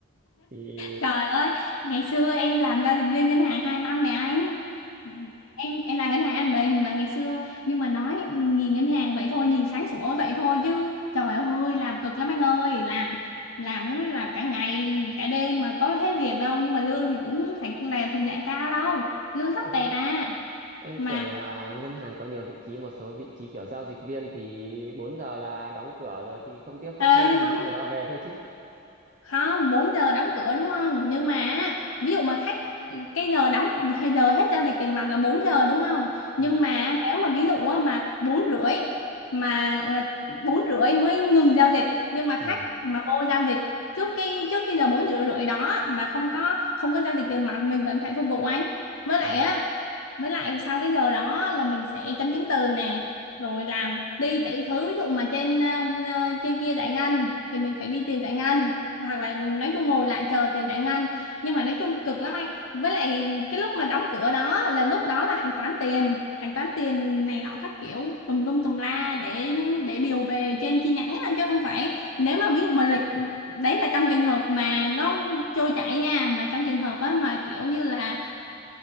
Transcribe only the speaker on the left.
Trời ơi, ngày xưa em làm giao dịch viên ngân hàng 2 năm nè anh. Em em là ngân hàng An Bình mà ngày xưa nhưng mà nói nhìn ngân hàng vậy thôi, nhìn sáng sủa vậy thôi chứ trời ơi làm cực lắm anh ơi, làm làm làm cả ngày cả đêm mà có hết việc đâu nhưng mà lương thì cũng phải là thuộc dạng cao đâu, lương thấp
tẹt à
mà
ê,
không
không 4 giờ đóng cửa đúng không nhưng mà á, ví dụ mà khách cái giờ đóng hay giờ hết giao dịch tiền mặt là 4 giờ đúng không
nhưng mà nếu mà ví dụ á, mà 4 rưỡi mà ờ, 4 rưỡi mới ngừng giao dịch nhưng mà
khách mà vô giao dịch trước cái trước cái giờ 4 rưỡi rưỡi đó mà không có không có giao dịch tiền mặt mình vẫn phải phục vụ anh với
lại á với lại sau cái giờ đó là mình sẽ chấm chứng từ nè rồi làm đi tỷ thứ ví dụ mà trên ờ, ờ, trên kia giải ngân thì mình phải đi tiền giải ngân hoặc là nói chung ngồi lại chờ tiền giải ngân nhưng mà nói chung cực lắm anh với lại cái lúc mà đóng cửa đó là lúc đó là hàng toán tiền hàng toán tiền này nọ các kiểu tùm lum tùm la để để điều về trên chi nhánh á, chứ không phải nếu mà ví dụ mà lịch đấy là trong trường hợp mà nó trôi chảy nha mà trong trường hợp á mà kiểu như là